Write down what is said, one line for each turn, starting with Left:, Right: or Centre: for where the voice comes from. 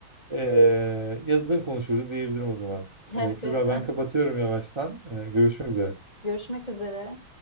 Right: e, yazın konuşuruz diyebilirim o zaman.
Left: Evet.
Right: E, Kübra ben kapatıyorum yavaştan. E, görüşmek üzere.
Left: <laughs> Görüşmek üzere.